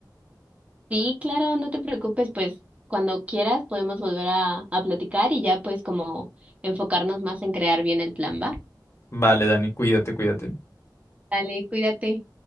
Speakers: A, on the right; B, on the left.
A: Sí, claro, no te preocupes, pues cuando quieras podemos volver a, a platicar y ya pues como enfocarnos más en crear bien el plan, ¿va?
B: Vale, Dani, cuídate, cuídate.
A: Dale, cuídate.